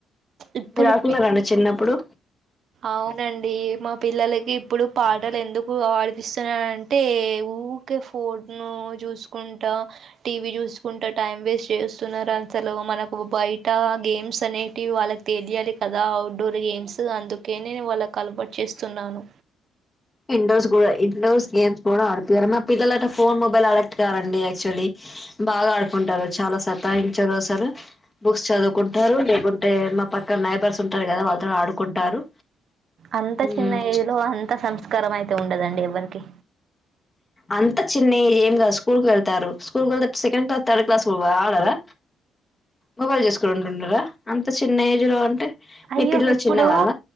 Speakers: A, on the right (about 60°); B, on the left (about 25°).
A: ఇప్పుడు
B: మీరు ఆడుకున్నారండి చిన్నప్పుడు
A: అవునండి మా పిల్లలకి ఇప్పుడు పాటలు ఎందుకు ఆడిపిస్తున్నాంటే ఊ ఫోను చూసుకుంటా టీవీ చూసుకుంటా టైం వేస్ట్ చేస్తున్నారు అసలు మనకు బయట గేమ్స్ అని టి వాళ్ళకి తెలియాలి కదా అవుట్డోర్ గేమ్స్ అందుకే నేను వాళ్ళ కలబటు చేస్తున్నాను
B: ఇండోర్స్ కూడా ఇండోర్స్ గేమ్స్ కూడా ఆడిపోయారు మా పిల్లలు అట ఫోన్ మొబైల్ అడక్ట్కారండి యాక్చువల్లీ బాగా ఆడుకుంటారు చాలా సతాయించారు సారు బుక్స్ చదువుకుంటారు లేకుంటే మా పక్క నైబర్స్ ఉంటారు కదా వా వా ఆడుకుంటారు
A: అంత
B: మ్మ్
A: చిన్న ఏజ్ లో అంత సంస్కారం అయితే ఉండదండి ఎవ్వరికి
B: అంత చిన్న ఏం కాదు స్కూల్ కి వెళ్తారు స్కూల్ కి వెళ్తే సెకండ్ క్లాస్ థర్డ్ క్లాస్ ఆడరా మొబైల్ చేసుకుని ఉంటుండారా అంత చిన్న ఏజ్ లో అంటే
A: అయ్యో
B: మీ పిల్లలు
A: ఇప్పుడు
B: చిన్న వాళ్ళ